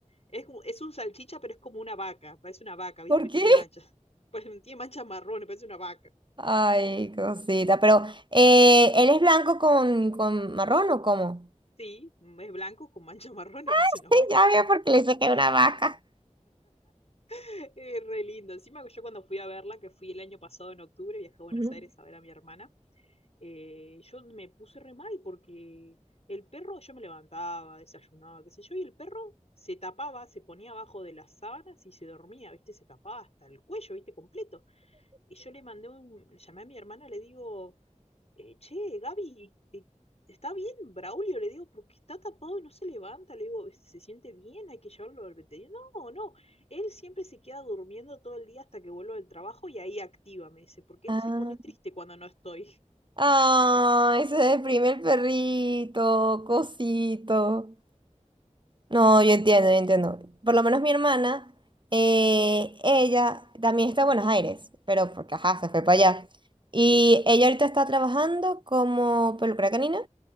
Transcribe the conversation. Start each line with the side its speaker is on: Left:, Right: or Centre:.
Left: Es, un- es un salchicha, pero es como una vaca, parece una vaca, ¿viste?
Right: ¿por
Left: Pero
Right: qué?
Left: tiene manchas. <laughs> Pues, Tiene manchas marrones, parece una vaca.
Right: Ay, cosita, pero eh, ¿él es blanco con, con marrón o cómo?
Left: Sí, es blanco con manchas marrones, <laughs> parece
Right: <laughs>
Left: una vaca.
Right: Ya veo porque le saqué una vaca.
Left: <laughs> Eh, re lindo. Encima que yo cuando fui a verla, que fui el año pasado en octubre, viajé a Buenos
Right: Ujú.
Left: Aires a ver a mi hermana, eh, yo me puse re mal porque el perro, yo me levantaba, desayunaba, qué sé yo, y el perro se tapaba, se ponía abajo de las sábanas y se dormía, ¿viste? Se tapaba hasta el cuello, ¿viste? Completo. Y yo le mandé un, le llamé a mi hermana, le digo, eh, che, Gaby, eh, ¿está bien Braulio? Le digo, porque está tapado y no se levanta. Le digo, ¿se siente bien? Hay que llevarlo al veterinario. No, no, él siempre se queda durmiendo todo el día hasta que vuelvo del trabajo y ahí activa, me dice, porque
Right: Ah.
Left: él se pone triste cuando no estoy.
Right: Ay, se deprime el perrito, cosito. No, yo entiendo, yo entiendo. Por lo menos mi hermana, eh, ella también está en Buenos Aires, pero porque, ajá, se fue para allá. Y ella ahorita está trabajando como peluquera canina